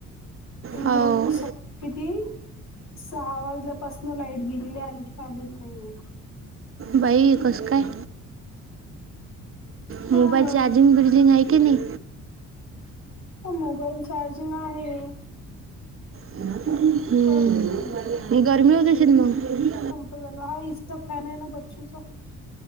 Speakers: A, on the left; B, on the right.
A: इकडं
B: हाव
A: स किती सहा वाजल्यापासन लाईट गेली आहे, आणखी आलेली नाहीये.
B: बाई कसं काय?
A: हा
B: मोबाईल
A: ना
B: चार्जिंग बीर्जिंगआहे की नाही?
A: अ मोबाईल चार्जिंग आहे.
B: हम्म,
A: पण
B: गर्मी होत अशील मग?
A: झा हा <unintelligible> इचा फॅन आहे ना बच्चूचा